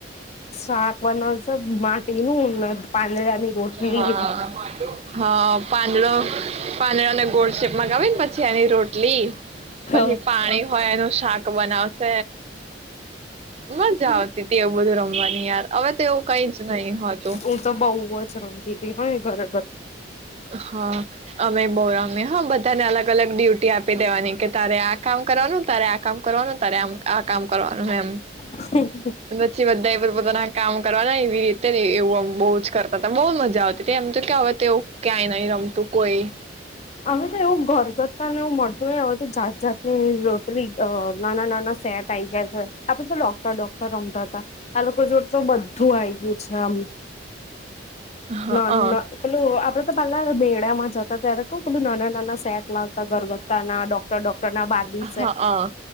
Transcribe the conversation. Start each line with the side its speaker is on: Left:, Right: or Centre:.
Left: શાક બનાવશે. તેનું પાંદડા ની રોટલી.
Right: હા હા પાંદડો પાંદડાો ને ગોળ શેપ મગાવી ને પછી એની રોટલી.
Left: હ
Right: પછી પાણી હોય એનું શાક બનાવ. હ. મજા આવતી હતી એવું બધું રમવાની યાર હવે તો એવું કઈ જ નહી હોત
Left: હું તો બહુ જ રમતી તી પણ ઘરે
Right: હા અમે બો અમે હા બધાને અલગ અલગ ડ્યુટી આપી દેવાની કે તારે આ કામ કરવાનું તારે આ કામ કરવાનું તારે આમ આ કામ કરવાનું એમ.
Left: હ.
Right: પછી બધા પોતાના કામ કરવાના એવી રીતે એવુંમ બહુ. કરતા હતા બહુ મજા આવતી હતી એમ તો કે હવે તે ક્યાંય નહી રમતું કોઈ.
Left: અવે તો એવું ઘરગથતા ને એવું મળતું ન હવે તો જાત જાતની રતલી નાના નાના સેટ આઈ ગયા છે આપડે તો ડોક્ટર ડોક્ટર રમતા હતા આ લોકો જોડ તો બધું આ ગયું છેમ.
Right: હા
Left: ના ન ચાલ આપડે તો પલા બેડામાં જ. <unintelligible> <unintelligible> કું ના ના સેટ લતા ગરગતા ના ડૉક્ટર ડ બાર્બી
Right: હા હ